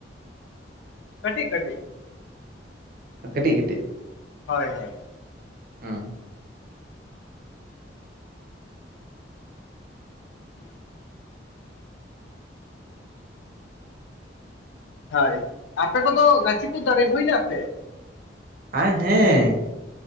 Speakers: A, on the left; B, on the right.
A: ᱠᱟᱹᱴᱤᱡ ᱠᱟᱹᱴᱤᱡ᱾
B: ᱠᱟᱹᱴᱤᱡ ᱠᱟᱹᱴᱤᱡ
A: ᱦᱳᱭ ᱦᱳᱭ᱾
B: ᱦᱩᱸ
A: ᱦᱮᱸ <inaudible> ᱦᱳᱭ ᱟᱯᱮ ᱠᱚᱫᱚ ᱜᱟᱪᱷᱤ ᱠᱚ ᱫᱟᱨᱮ ᱦᱩᱭᱱᱟ ᱥᱮ?
B: ᱦᱮ ᱦᱮᱸ